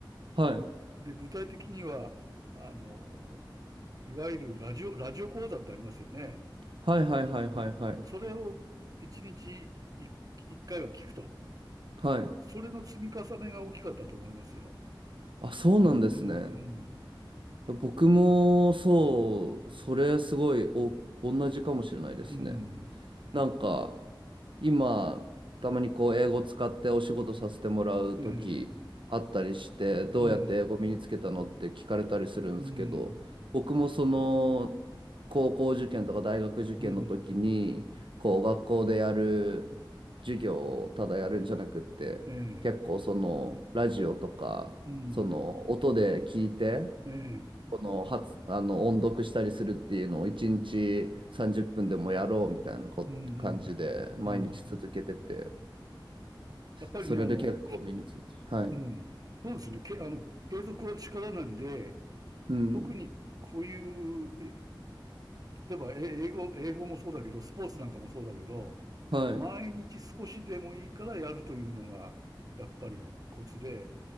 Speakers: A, on the right (about 80°); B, on the right (about 50°).
A: はい。
B: で、具体的には、あの、いわゆるラジオ、ラジオ講座ってありますよね。
A: はいはいはいはいはい。
B: それを1日1、回は聞くと。
A: はい。
B: それの積み重ねが大きかったと思いますよ。
A: あ、そうなんですね。
B: うん、
A: 僕もそう、それすごいお、同じかもしれないですね。
B: うん、
A: なんか、今、たまにこう、英語使ってお仕事させてもらう時あったりして、
B: うん、えー
A: どうやって英語身につけたのって聞かれたりするんですけど、
B: うん、うん、
A: 僕もその、高校受験とか大学受験の時に、
B: うん、
A: こう、学校でやる授業をただやるんじゃなくって、
B: え
A: 結構その、ラジオとか、
B: ーうん、
A: その、音で聞いて、
B: えー
A: この発、あの音読したりするっていうのを1日30分でもやろうみたいなこ感じで毎日続けてて、
B: うん、うん、うん。やっぱりね、
A: それで結構身について。
B: あの、
A: はい。
B: うん、そうですね、け、あの、継続は力なりで、
A: うん。
B: 特にこういう、例えば、え英語、英語もそうだけど、スポーツなんかもそうだけど、
A: はい。
B: 毎日少しでもいいからやるというのが、やっぱりコツで、